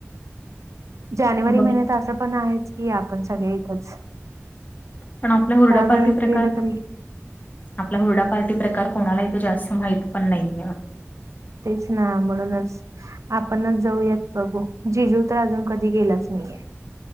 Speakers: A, on the right; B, on the left.
A: जानेवारी
B: ब
A: महिन्यात असं पण आहेच की आपण सगळे इथंच
B: पण आपला हुरडा
A: त्यावेळेच
B: पार्टी प्रकार
A: गेले तरी
B: आपला हुरडा पार्टी प्रकार कोणाला इथे जास्त माहित पण नाहीय.
A: तेच ना म्हणूनच आपणच जाऊयात बघू जिजू तर अजून कधी गेलेच नाहीये.